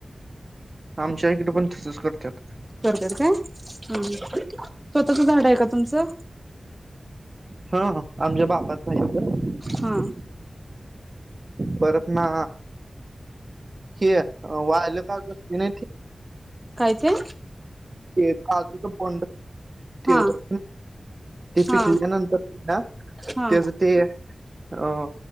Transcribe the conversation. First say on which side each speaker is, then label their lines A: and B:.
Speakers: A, on the right; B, on the right.
A: आमच्या इकडे पण तसच करतात.
B: करत्यात काय हा स्वतःच झाड आहे का तुमचं?
A: हा हा आमच्या बाबाच आहे ईथ.
B: हा
A: परतना हे वाळलेलं काजू <unintelligible>
B: काय ते?
A: ते काजूच बोंड. ते
B: हा
A: वर ते
B: हा
A: पिकल्यानंतर त्याला
B: हा
A: त्याच ते अ